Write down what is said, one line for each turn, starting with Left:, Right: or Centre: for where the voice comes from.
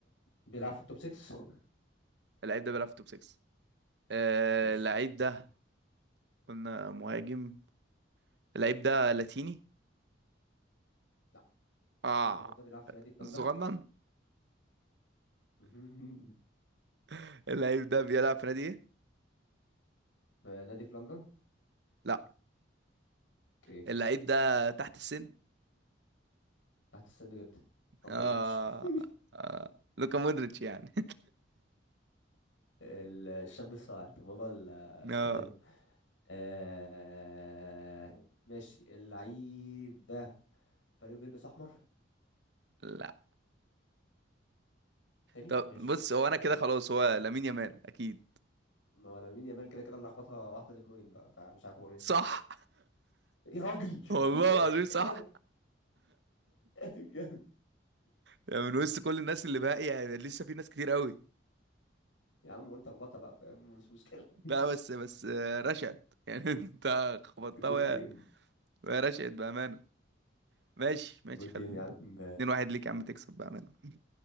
Left: بيلعب في التوب 6
Right: اللعيب ده بيلعب في توب 6 آه
Left: ماشي
Right: اللعيب ده قلنا مهاجم اللعيب ده لاتيني
Left: لا
Right: اه
Left: اللعيب ده بيلعب في نادي في لندن
Right: صغنن
Left: <laughs>
Right: <laughs> اللعيب ده بيلعب في نادي ايه
Left: في نادي في لندن
Right: لا
Left: اوكي
Right: اللعيب ده تحت السن
Left: تحت السن جدا اندر
Right: اه,
Left: ايج <laughs>
Right: آه. لوكا مودريتش يعني
Left: ال- الشاب الصاعد بابا
Right: <laughs>
Left: القاتله
Right: اه
Left: آه، ماشي اللعيب ده فريقه بيلبس احمر
Right: لا
Left: تاني
Right: طب
Left: ماشي
Right: بص هو انا كده خلاص هو لامين يامال اكيد
Left: ما هو لامين يامال كده كده اللي لخبطها واحده دي بروين بقى فمش عارف اقول ايه
Right: صح
Left: يا راجل
Right: <laughs> والله
Left: <laughs>
Right: العظيم صح
Left: جامد جامد
Right: يعني من وسط كل الناس اللي باقي يعني لسه في ناس كتير قوي
Left: يا عم قلت اخبطها بقى فاهم مش مشكله <laughs>
Right: لا بس بس آه، رشد يعني <laughs> انت خبطتها
Left: جود
Right: ويا
Left: جيم
Right: ويا رشد بأمانة ماشي ماشي
Left: جود
Right: خلينا
Left: جيم يا عم
Right: اتنين واحد ليك يا عم تكسب بقى منه